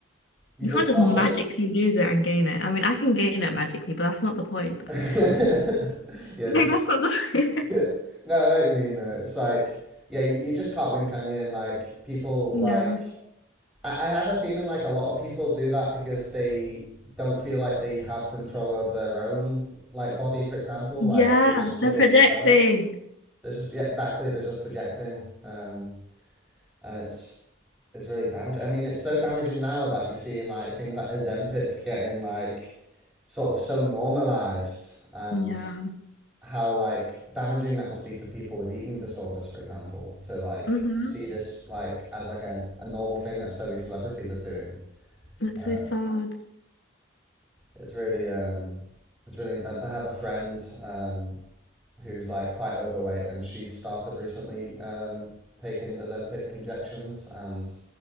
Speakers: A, in the centre; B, on the left.
A: you
B: You
A: just
B: can't
A: can't
B: just magically
A: win.
B: lose it and gain it. I mean, I can gain it magically, but that's not the point.
A: <laughs>
B: <laughs>
A: Yeah,
B: Like
A: just
B: that's not the
A: yeah. No, I know what you mean though. It's like yeah, you, you just can't win, can you? And like people
B: <laughs> Yeah.
A: like I, I have a feeling like a lot of people do that because they don't feel like they have control over their own like body, for example.
B: Yeah,
A: Like they might struggle
B: they're projecting.
A: themselves. They're just yeah, exactly. They're just projecting, um, and it's it's really damaging. I mean, it's so damaging now that you're seeing like things like Ozempic getting like sort of so normalized, and
B: Yeah.
A: how like damaging that must be for people with eating disorders, for example, to like
B: Mm-hmm.
A: to see this like as like a, a normal thing that so many celebrities are doing.
B: That's
A: Uh,
B: so sad.
A: it's really um, it's really intense. I have a friend um, who's like quite overweight, and she started recently um, taking Ozempic injections, and